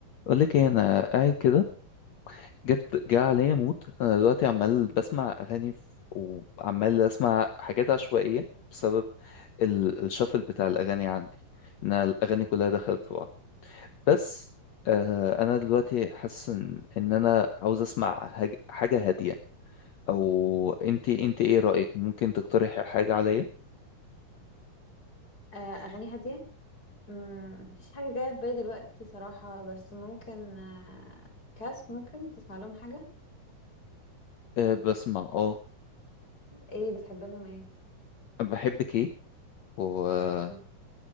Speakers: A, on the left; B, on the left.
A: اقول لك ايه انا قاعد كده جت جه عليا موت انا دلوقتي عمال بسمع اغاني ف- وعمال اسمع حاجات عشوائيه بسبب ال- الشفل بتاع الاغاني عندي ان الاغاني كلها دخلت في بعض بس آه انا دلوقتي حاسس ان إن انا عاوز اسمع هج- حاجه هاديه او انت انت ايه رايك ممكن تقترحي حاجه عليا
B: آه، أغاني هادية مم، مفيش حاجة جاية في بالي دلوقتي صراحة بس ممكن آه، كاس ممكن تسمع لهم حاجة
A: آه بسمع اه
B: ايه بتحب لهم ايه
A: بحبك ايه وباكليبس
B: مم.